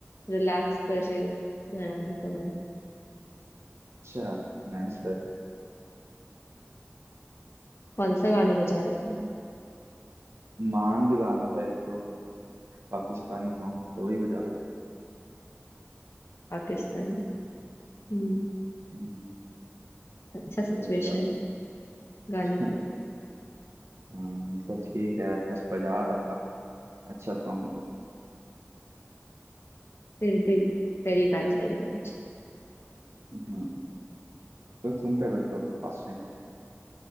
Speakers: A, on the left; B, on the right.
A: रिलैक्स कर रही हूँ घर आने के बाद
B: अच्छा नाइस है
A: कौन सा गाना बजा रहे थे
B: मांड गाना था एक तो पाकिस्तानी सॉन्ग तो वही बजा रहा था
A: पाकिस्तानी हम्म
B: हम्म,
A: अच्छा
B: तो
A: सिचुएशन
B: वही बजा रहा
A: गाने
B: था
A: के
B: <laughs>
A: लिए
B: हाँ सब ठीक है बस बजा रहा था अच्छा सॉन्ग है तो
A: फिर भी वेरी बैड वेरी बैड
B: हम्म तो तुम क्या करते हो अपने पास टाइम में